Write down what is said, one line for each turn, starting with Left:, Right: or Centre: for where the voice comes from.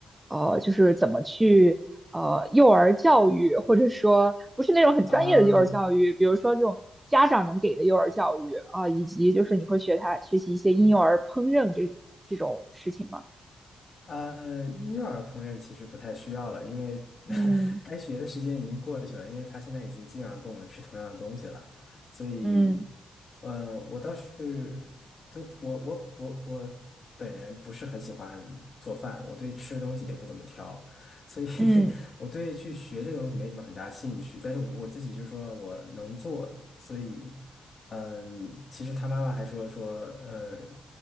Right: 呃就是怎么去呃幼儿教育，或者说不是那种很专业的幼儿教育，
Left: 啊。
Right: 比如说这种家长能给的幼儿教育啊，以及就是你会学他学习一些婴幼儿烹饪这这种事情吗？
Left: 呃，婴幼儿烹饪其实不太需要了，因为 <laughs>
Right: 嗯。
Left: 该学的时间已经过去了，因为他现在已经基本上跟我们吃同样的东西了，所以，
Right: 嗯
Left: 呃，我倒是就我我我我本人不是很喜欢做饭，我对吃的东西也不怎么挑，所以
Right: 嗯，
Left: <laughs> 我对去学这个东西没什么很大兴趣。但是我我自己就说我能做，所以。嗯，其实他妈妈还说说，呃，